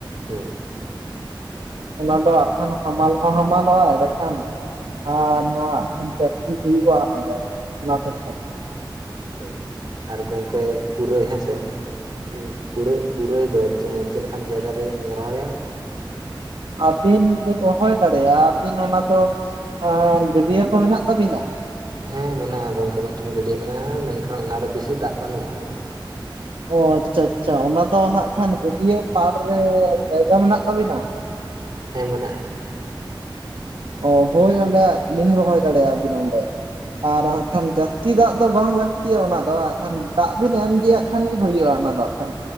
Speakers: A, on the right; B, on the right.
A: ᱦᱩᱸ
B: ᱚᱱᱟ ᱫᱚ ᱦᱟᱜ ᱠᱷᱟᱱ ᱦᱟᱢᱟᱞ ᱦᱚᱸ ᱦᱟᱢᱟᱞᱚᱜᱼᱟ᱾ ᱮᱸᱰᱮᱠᱷᱟᱱᱼᱼ ᱟᱨ ᱱᱚᱣᱟᱠᱷᱟᱱ ᱯᱮᱠᱴᱤᱥ ᱦᱩᱭᱩᱜᱼᱟ ᱚᱱᱟ ᱫᱚ, ᱚᱱᱟ ᱠᱚ ᱾
A: ᱦᱳᱭ ᱟᱨ ᱜᱚᱝᱠᱮ ᱯᱩᱨᱟᱹᱭ ᱦᱮᱸᱥᱮ ᱾ ᱯᱩᱨ ᱯᱩᱨᱟᱹᱭ ᱫᱚ ᱪᱮᱫ ᱞᱮᱠᱟᱱ ᱡᱟᱭᱜᱟᱨᱮᱧ ᱨᱚᱦᱚᱭᱟ?
B: ᱟᱹᱵᱤᱱ ᱵᱤᱱ ᱦᱚᱦᱚᱭ ᱫᱟᱲᱮᱭᱟᱜᱼᱟ᱾ ᱟᱹᱵᱤᱱ ᱚᱱᱟ ᱫᱚ ᱟ ᱜᱟᱹᱰᱭᱟᱹ ᱠᱚ ᱢᱮᱱᱟᱜ ᱛᱟᱵᱤᱱᱟ?
A: ᱦᱮᱸ ᱢᱮᱱᱟᱜᱼᱟ ᱜᱚᱝᱠᱮ ᱢᱤᱫᱴᱮᱱ ᱜᱟᱹᱰᱭᱟᱹ ᱢᱮᱱᱟᱜᱼᱟ, ᱢᱮᱱᱠᱷᱟᱱ ᱚᱱᱟᱨᱮ ᱵᱮᱥᱤ ᱫᱟᱜ ᱵᱟᱹᱱᱩᱜᱼᱟ ᱾
B: ᱚ ᱟᱪᱪᱷᱟ ᱟᱪᱪᱷᱟ ᱚᱱᱟ ᱫᱚ ᱦᱟᱸᱜ ᱠᱷᱟᱱ ᱜᱟᱹᱰᱭᱟᱹ ᱯᱟᱲ ᱨᱮ ᱡᱟᱭᱜᱟ ᱢᱮᱱᱟᱜ ᱛᱟᱵᱤᱱᱟ?
A: ᱦᱮᱸ ᱢᱮᱱᱟᱜᱼᱟ᱾
B: ᱚ ᱦᱳᱭ ᱚᱸᱰᱮ ᱵᱤᱱ ᱨᱚᱦᱚᱭ ᱫᱟᱲᱮᱭᱟᱜ ᱵᱤᱱ ᱚᱸᱰᱮ ᱟᱨ ᱦᱟᱜ ᱠᱷᱟᱱ ᱡᱟᱹᱥᱛᱤ ᱫᱟᱜ ᱫᱚ ᱵᱟᱝ ᱞᱟᱹᱠᱛᱤᱜᱤᱭᱟ ᱚᱱᱟ ᱫᱚ, ᱦᱟᱱ ᱫᱟᱜ ᱵᱤᱱ ᱮᱢ ᱤᱫᱤᱭᱟ ᱾ ᱠᱷᱟᱱᱜ ᱜᱮ ᱦᱩᱭᱩᱜᱼᱟ ᱚᱱᱟ ᱫᱚ ᱦᱟᱸᱜ ᱠᱷᱟᱱ